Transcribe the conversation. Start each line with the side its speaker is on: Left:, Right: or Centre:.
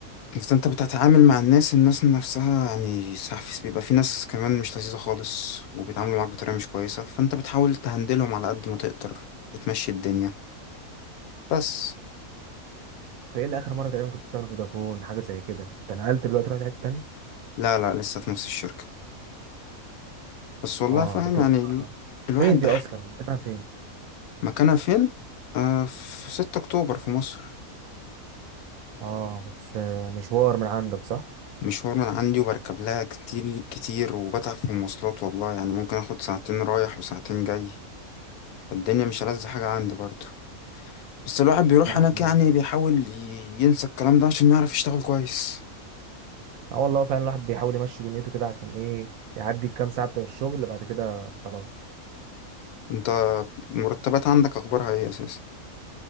Left: فانت بتتعامل مع الناس الناس نفسها يعني ساعات في- بيبقى في ناس كمان مش لذيذة خالص وبيتعاملوا معاك بطريقة مش كويسة فانت بتحاول تهندلهم على قد ما تقدر بتمشي الدنيا بس
Right: انت ايه اللي اخر مره تقريبا كنت بتشتغل في فودافون حاجه زي كده انت نقلت دلوقتي رحت حته تانيه
Left: لا لا لسه في نفس الشركة بس والله
Right: اه
Left: فاهم
Right: بتروح
Left: يعني ال- الواحد
Right: فين دي
Left: بح
Right: اصلا مكانها فين
Left: مكانها فين آه في 6 اكتوبر في مصر
Right: اه بس آه، مشوار من عندك صح
Left: مشوار من عندي وبركب لها كتير كتير وبتعب في المواصلات والله يعني ممكن اخد ساعتين رايح وساعتين جاي فالدنيا مش ألذ حاجة عندي برضه بس الواحد بيروح
Right: لا
Left: هناك
Right: حوار
Left: يعني
Right: ده.
Left: بيحاول ي- ينسى الكلام ده عشان يعرف يشتغل كويس
Right: اه والله فعلا الواحد بيحاول يمشي دنيته كده عشان ايه يعدي الكام ساعه بتوع الشغل بعد كده خلاص
Left: انت المرتبات عندك اخبارها ايه اساسا